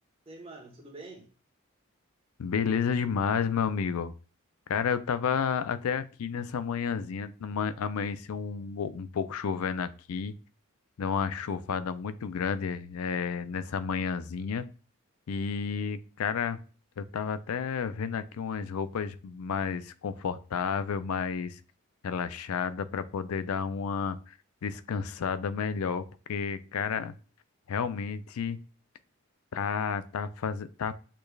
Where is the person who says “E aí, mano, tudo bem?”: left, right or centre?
Right